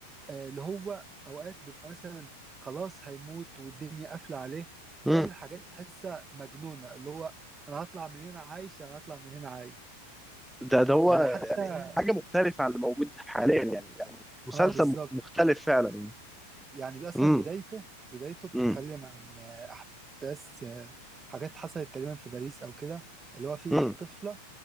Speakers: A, on the right; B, in the centre.
A: آه، اللي هو اوقات بيبقى مثلا خلاص هيموت والدنيا قافله عليه بيعمل
B: أمم.
A: حاجات تحسها مجنونه اللي هو انا هطلع من هنا عايش انا هطلع من هنا عايش
B: ده ده هو
A: يعني حتى
B: حاجه مختلفه عن اللي موجود حاليا يعني, يعني مسلسل
A: اه بالظبط
B: مخ- مختلف فعلا يعني
A: يعني اصلا
B: امم
A: بدايته بدايته بتتكلم
B: امم
A: عن آه، احداث آه، حاجات حصلت تقريبا في باريس او كده اللي هو في
B: امم
A: طفله